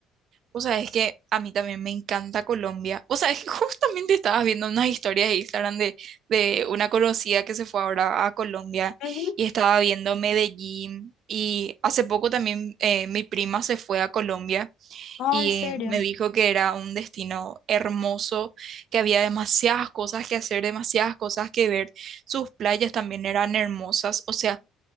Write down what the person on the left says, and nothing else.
Ujú.
Ah,
¿en serio?